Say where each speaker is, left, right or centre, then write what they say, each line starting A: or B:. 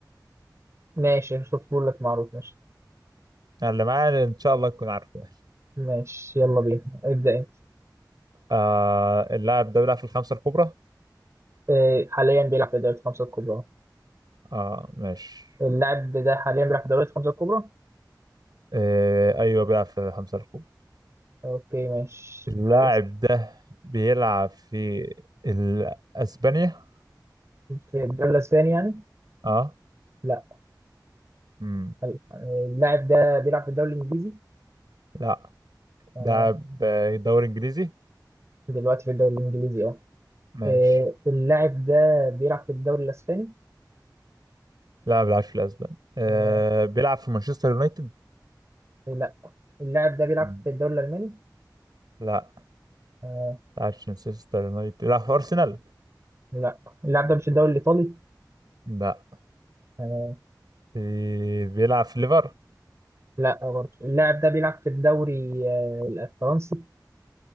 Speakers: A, on the right; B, on the right.
A: ماشي شوف لك معروف ماشي
B: أنا اللي معايا ان شاء الله تكون عارفه
A: ماشي يلا بينا ابدأ انت
B: آه اللاعب ده بيلعب في الخمسة الكبرى
A: إيه، حاليا بيلعب في دوري الخمسة الكبرى
B: اه ماشي
A: اللاعب ده حاليا بيلعب في الدوريات الخمسة الكبرى
B: آه، ايوه بيلعب في خمسة الكبرى
A: اوكي ماشي
B: اللاعب
A: بس-
B: ده بيلعب في ال- اسبانيا
A: في الدوري الاسباني يعني
B: اه
A: لا
B: امم
A: حلو. اللاعب ده بيلعب في الدوري الانجليزي
B: لا
A: تمام.
B: لاعب آه، دوري انجليزي
A: دلوقتي في الدوري الانجليزي اه
B: ماشي
A: آه، اللاعب ده بيلعب في الدوري الاسباني
B: لا ما بيلعبش في الاسبان آه
A: تمام.
B: بيلعب في مانشستر يونايتد
A: لا اللاعب ده بيلعب
B: مم.
A: في الدوري الالماني
B: لا ما
A: تمام.
B: بيلعبش في مانشستر يونايتد بيلعب في ارسنال
A: لا اللاعب ده مش الدوري الايطالي
B: لا
A: تمام.
B: إيه، بيلعب في ليفر
A: لا برضه اللاعب ده بيلعب في الدوري آه، الفرنسي